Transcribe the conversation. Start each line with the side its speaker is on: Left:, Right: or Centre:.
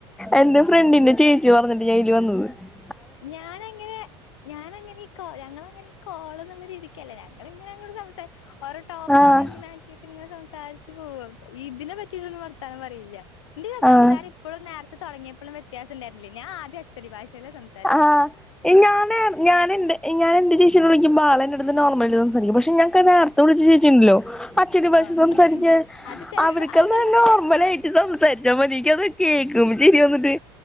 Centre: എന്റെ ഫ്രണ്ടിന്റെ ചേച്ചി ച്ചി പറഞ്ഞിട്ട് ഞാൻ ഇതില് വന്നത്! !!!!!!!!
Left: ഞാനങ്ങനെ ഞാനങ്ങനെ കോ ഞങ്ങള് അങ്ങനെ കോള് ഒന്നും എ--! !!!!!!!!!! ക്കല്ലെ ഞങ്ങളിങ്ങന സംസാ ഓരോ ടോപ്പിക്ക്ങ്ങനെ
Centre: ആഹ്
Left: ഇത് ഇങ്ങനെ സംസാരിച്ചു പോകും ഇതിനെ പറ്റിയിട്ടൊന്നും വർത്താനം പറയില്ല എന്തേലും
Centre: ആഹ്
Left: സംസാരി ക്കുപ്പോഴും നേരത്തെ തുടങ്ങിയപ്പോഴും വ്യത്യാസംണ്ടരുന്നില്ല ഞാൻ ആദ്യ അച്ചടി ഭാഷയിലെ സം--! !!!!!!!!!
Centre: ആഹ് ഈ ഞാന് ഞാൻ എന്റെ ഞാൻ എൻ്റെ ചേച്ചിനേ വിളിക്ക്പോ ആള എന്റെ അടുത്ത് നോർമല് സംസാരിക്കാരിക്കും പക്ഷെ ഞാൻ നേരത്തെ വിളിച്ച ചേച്ചിണ്ടല്ലോ അച്ചടി ഭാഷ
Left: ആഹ്
Centre: സംസാരിക്കാൻ
Left: അച്ഛൻ അത് ചെല
Centre: അവർക്ക അത്
Left: ചെലപ്പോ
Centre: നോർമലാ
Left: പൊറത്തുന്ന്
Centre: യിട്ട് സംസാരിച്ചാ മതി എനിക്ക് അത് കേക്കുംമ്പം ചിരി വന്നിട്ട്